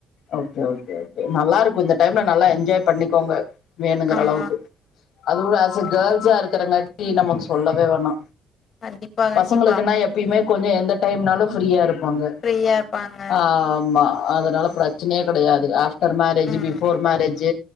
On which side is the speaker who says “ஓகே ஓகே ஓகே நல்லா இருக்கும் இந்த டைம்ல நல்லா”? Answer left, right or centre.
Left